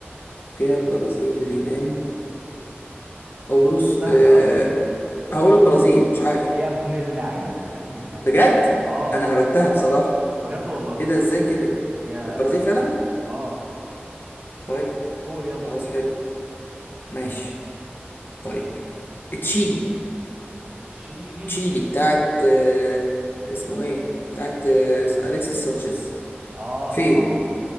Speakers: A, on the left (about 55°); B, on the right (about 30°).
A: تركيا البرازيل اليونان قبرص
B: سهلة
A: آه
B: يا اسطى
A: هقول البرازيل مش عارف
B: يا ابن اللعيبة يا ابن اللعيبة
A: بجد
B: اه
A: انا هبتها بصراحه
B: بجد والله
A: ايه ده ازاي كده
B: يا
A: البرازيل
B: لهوي
A: فعلا
B: اه
A: طيب
B: قول يلا
A: خلاص حلو ماشي طيب تشيلي
B: تشيلي
A: تشيلي بتاعت آه، اسمه ايه بتاعت آه، اليكسيس سانشيز
B: اه
A: فين
B: اه